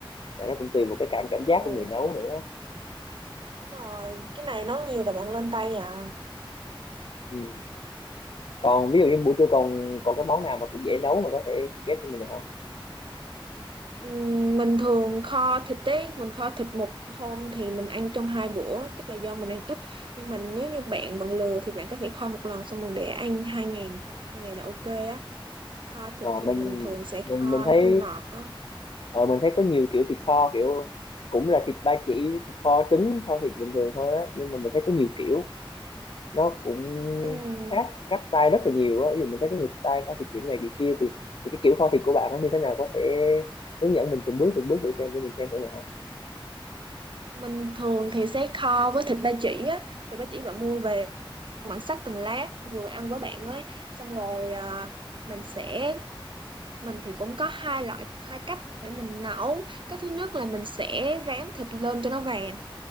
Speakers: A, on the left; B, on the right.
A: tại nó cũng tùy một cái cảm cảm
B: Ừ
A: giác của người nấu nữa
B: đúng rồi Cái này nấu nhiều là bạn lên tay à
A: ừ. còn ví dụ như buổi trưa còn còn cái món nào mà cũng dễ nấu mà có thể suggest cho mình được không
B: Ừm, Mình thường kho thịt ấy, mình kho thịt một hôm thì mình ăn trong hai bữa, chắc là do mình ăn ít. Nhưng mà nếu như bạn bận lừa thì bạn có thể kho một lần xong rồi để ăn hai ngày, tầm hai ngày là ok á. Kho thịt
A: Ờ,
B: thì
A: mình
B: mình thường sẽ
A: mình
B: kho
A: mình thấy
B: chua ngọt á.
A: ờ, mình thấy có nhiều kiểu thịt kho kiểu cũng là thịt ba chỉ với thịt kho trứng kho thịt bình thường thôi á nhưng mà mình thấy có nhiều kiểu nó cũng
B: Ừm,
A: khác các style rất là nhiều á ví dụ mình thấy có nhiều style kho thịt kiểu này kiểu kia thì thì cái kiểu kho thịt của bạn nó như thế nào có thể hướng dẫn mình từng bước từng bước thử xem để mình xem thử được không
B: Mình thường thì sẽ kho với thịt ba chỉ á, thịt ba chỉ bạn mua về bạn xắt từng lát vừa ăn với bạn ấy, xong rồi à, mình sẽ mình thì cũng có hai loại hai cách để mình nấu. Cái thứ nhất là mình sẽ rán thịt lên cho nó vàng